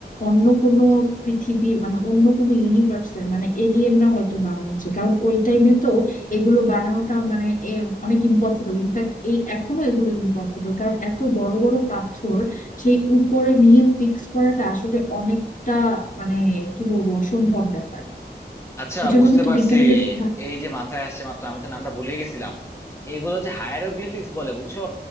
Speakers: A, on the left; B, on the left.
A: অন্য কোনো পৃথিবীর মানে অন্য কোনো ইউনিভার্সের মানে এলিয়েনরা হয়তো বানিয়েছে কারণ ওই টাইমে তো এগুলো বানানোটা মানে এ অনেক ইম্পসিবল ইনফ্যাক্ট এই এখনো এগুলো ইম্পসিবল কারণ এত বড় বড় পাথর সেই উপরে নিয়ে ফিক্স করাটা আসলে অনেকটা মানে কি বলবো অসম্ভব ব্যাপার
B: আচ্ছা
A: এই জন্য
B: বুঝতে
A: কিন্তু
B: পারছি
A: বিজ্ঞানীদের ধা-
B: এই যে মাথায় আসছে মাত্র আমি তো নামটা ভুলে গেছিলাম এগুলো হচ্ছে হায়ারোগ্লিফিক্স বলে বুঝছো